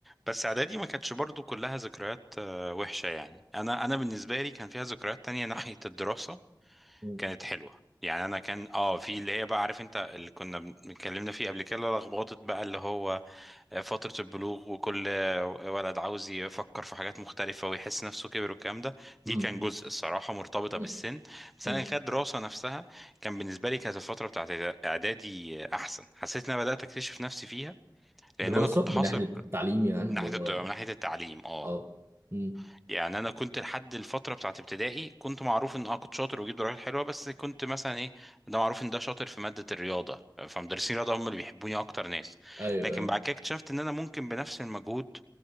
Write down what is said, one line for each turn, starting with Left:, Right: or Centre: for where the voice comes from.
Centre: بس اعدادي ما كانتش برضو كلها ذكريات آه، وحشه يعني انا انا بالنسبه لي كان فيها ذكريات تانية ناحيه الدراسه
Right: مم.
Centre: كانت حلوه يعني انا كان اه في اللي هي بقى عارف انت اللي كنا اتكلمنا فيه قبل كده لخبطت بقى اللي هو آه، فتره البلوغ وكل آه، ولد عاوز يفكر في حاجات مختلفه ويحس نفسه كبر والكلام ده دي
Right: مم.
Centre: كان جزء الصراحه مرتبطه
Right: مم.
Centre: بالسن بس
Right: مم.
Centre: انا كدراسه نفسها كان بالنسبه لي كانت الفتره بتاعت اعدادي احسن حسيت ان انا بدات اكتشف نفسي فيها لان
Right: دراسة
Centre: انا كنت حاصر
Right: من ناحية التعليم يعني
Centre: من
Right: اللي
Centre: ناحيه
Right: هو
Centre: الضياع من ناحيه التعليم اه
Right: اه مم.
Centre: يعني انا كنت لحد الفتره بتاعت ابتدائي كنت معروف ان اه كنت شاطر وبجيب درجات حلوه بس كنت مثلا ايه ده معروف ان ده شاطر في ماده الرياضه فمدرسين الرياضه هم اللي بيحبوني اكتر ناس
Right: ايوه
Centre: لكن
Right: ايوه
Centre: بعد كده اكتشفت ان انا ممكن بنفس المجهود